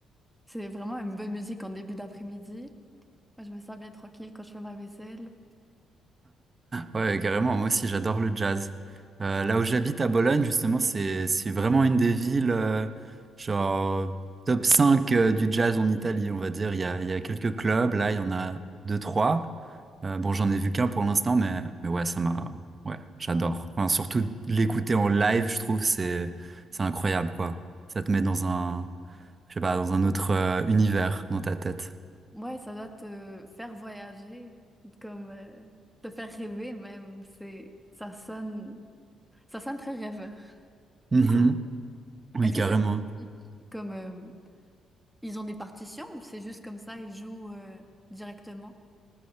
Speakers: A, in the centre; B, on the right (about 30°).
A: c'est vraiment une bonne musique en début d'après-midi. Moi, je me sens bien tranquille quand je fais ma vaisselle.
B: Ouais, carrément. Moi aussi, j'adore le jazz. Euh, là où j'habite à Bologne, justement, c'est c'est vraiment une des villes euh, genre top 5 euh, du jazz en Italie, on va dire. Il y a, il y a quelques clubs. Là, il y en a deux, trois. Euh, bon, j'en
A: Ouais,
B: ai vu qu'un pour l'instant, mais mais ouais, ça m'a ouais, j'adore. Enfin, surtout l'écouter en live, je trouve c'est c'est incroyable quoi. Ça te met dans un je sais pas dans un autre euh, univers dans ta tête.
A: Ouais, ça doit te faire voyager, comme euh, te faire rêver même. C'est ça sonne ça sonne très rêveur.
B: Mhm.
A: Comment?
B: Oui,
A: Est-ce
B: carrément.
A: que c'est de la musique comme euh, Ils ont des partitions ou c'est juste comme ça, ils jouent euh, directement?